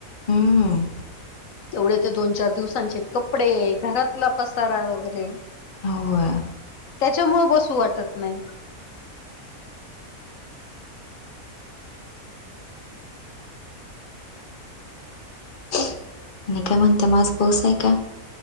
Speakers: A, on the left; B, on the left.
A: हम्म.
B: ते चार दिवसांचे कपडे घरातला पसारा वगैरे.
A: होय.
B: त्याच्यामुळे बसू वाटत नाही.
A: आणि काय म्हणते मग आज पाऊस आहे काय?